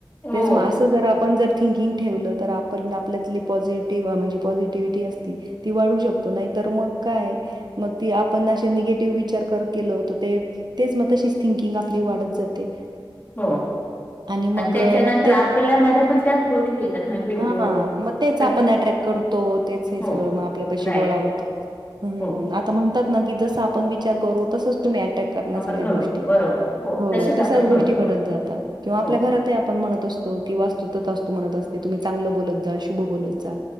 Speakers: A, on the left (about 20°); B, on the right (about 55°).
A: हो
B: तेच ना असं जर आपण जर थिंकिंग ठेवलं तर आप पण आपल्यातली पॉझिटिव्ह म्हणजे पॉझिटिव्हटी असती ती वाढवू शकतो नाही तर मग काय मग ती आपण असे निगेटिव्ह विचार करत गेलो तर ते तेच मग तशीच थिंकिंग आपली वाढत जाते
A: हो
B: मग
A: आणि त्याच्यानंतर
B: अ, मग
A: आपल्यामध्ये पण त्याच गोष्टी येतात म्हणजे ओ
B: हा मग तेच
A: कधी
B: आपण अट्रॅक्ट करतो तेच हे
A: हो
B: सगळं मग आपल्यापशी
A: राईट
B: गोळा होतं हम्
A: हो
B: आता म्हणतात ना की जसं आपण विचार करू तसचं तुम्ही अट्रॅक्ट करनार
A: आपण
B: सगळ्या
A: घडो
B: गोष्टी
A: बरोबर
B: हो
A: तसेच
B: तश्याच
A: आपण
B: गोष्टी
A: घडतो
B: घडत जातात किंवा आपल्या
A: हो
B: घरातही आपण म्हणत असतो कि वास्तु तथास्तु म्हणत असते की तुम्ही चांगलं बोलत जा शुभ बोलत जा